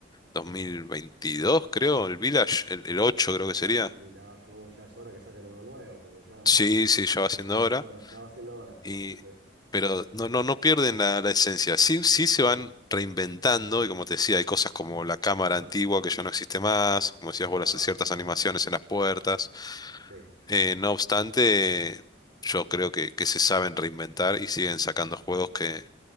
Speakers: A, on the left (about 20°); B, on the right (about 80°).
A: 2022, creo, el Village, el, el 8
B: Ay,
A: creo que sería.
B: mirá, yo oh, ya es hora que saquen uno nuevo, porque ya,
A: Sí,
B: <laughs>
A: sí, ya va siendo
B: ya es
A: hora.
B: hora, ya va siendo hora,
A: Y,
B: así que.
A: pero no, no, no pierden la, la esencia. Sí, sí
B: ujú,
A: se van reinventando, y como te decía, hay cosas como la cámara
B: Claro.
A: antigua que ya no existe más, como decías
B: Ah,
A: vos, las ciertas
B: la verdad.
A: animaciones en las puertas.
B: Sí.
A: Eh, no obstante, yo creo que, que se saben reinventar y siguen sacando juegos que,